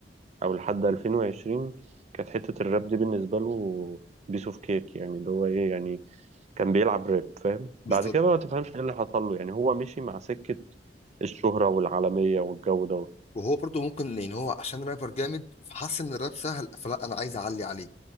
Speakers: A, on the right; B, on the left.
A: او لحد 2020 كانت حتة الراب دي بالنسبة له بيس اوف كيك يعني اللي هو ايه يعني كان بيلعب راب فاهم
B: بالظبط
A: بعد كده بقى ما تفهمش ايه اللي حصل له يعني هو مشي مع سكة الشهرة والعالمية والجو ده
B: وهو برضه ممكن ان هو عشان رابر جامد فحس ان الراب سهل فلا انا عايز اعلي عليه